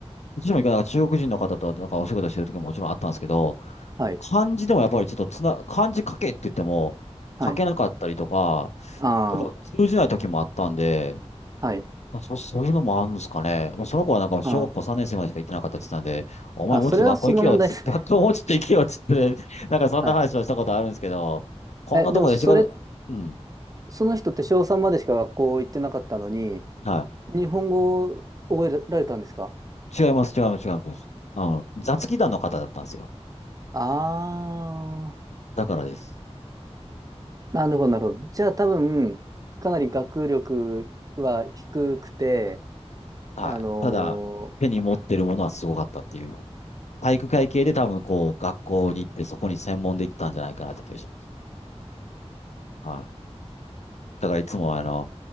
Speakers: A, on the left; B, on the right.
A: 私も一回なんか中国人の方となんかお仕事してる時ももちろんあったんですけど、
B: はい、
A: 漢字でもやっぱりちょっとつな、漢字書けって言っても、
B: はい、
A: 書けなかったりとか、
B: あ
A: やっぱ通じない時もあったんで、
B: あ、はい、
A: あそ、そういうのもあるんですかね。もうその子はなんか小学校3年生までしか行ってなかったって言ってたんで、
B: あ
A: お前もうちょっと学校行けよっつ、
B: あ、あ、それはその問題ですね。
A: <laughs> 学校もうちょっと行けよっつって、<laughs> なんかそんな話をしたことあるんですけど、
B: はい。
A: こんなとこで仕事、
B: え、でもそれっ
A: うん。
B: その人って小3までしか学校行ってなかったのに、
A: は
B: 日本語を覚えられたんですか
A: い。違います、違います、違います。あの、雑技団の方だったんですよ。
B: あ
A: だからです。
B: ー、なるほど、なるほど。じゃあ多分、かなり学力は低くて、
A: はい。
B: あのー、
A: ただ、手に持ってるものはすごかったっていう。体育会系で多分こう、学校に行ってそこに専門で行ってたんじゃないかなって気がします。はい。だからいつもあの、